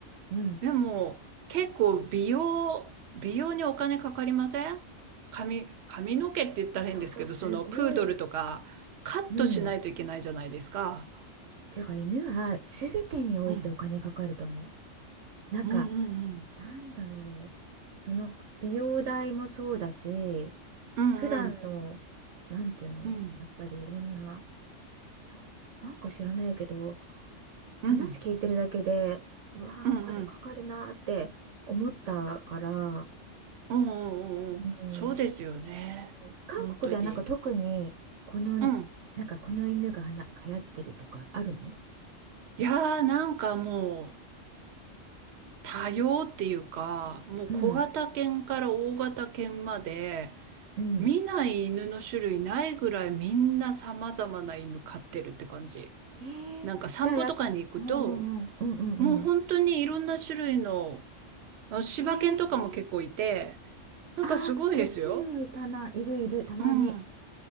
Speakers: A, on the right; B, on the right.
A: うん。
B: でも、結構美容、美容にお金かかりません髪、髪の毛って言ったら変ですけど、
A: そうそう、すごい。
B: そのプードルとかカットしないといけないじゃないですか。
A: うん。っていうか、犬は全てにおいてお金かかると思う。
B: うん。
A: なんか、
B: うんうんうん。
A: なんだろう。その、美容代もそうだし、
B: うんうん
A: 普段の、なんていうの、
B: うん。
A: やっぱりいろんな、な、なんか知らないけど、話聞いてるだけで、
B: うんうん
A: うわー、
B: うんうん
A: お金かかるなーって思ったから、
B: うんうんそうですよね。
A: うん、うん韓国ではなんか特に、
B: 本当に。
A: この、
B: うん。
A: なんかこの犬がはな流行ってるとかあるの
B: いやーなんかもう多様っていうか、もう小型犬から大型犬まで、
A: うん、うん。
B: 見ない犬の種類ないぐらいみんな様々な犬飼ってるって感じ。
A: へえ、
B: なんか散歩とかに行くと、
A: じゃあやっ、おうおうんうん、うんうんう
B: もう本当にいろんな種類の、あ柴犬とかも結構いて、
A: ん。へえ、
B: なんかすごいですよ。
A: あー、こっちにもいたな、いるいる、たまに、
B: うん。うん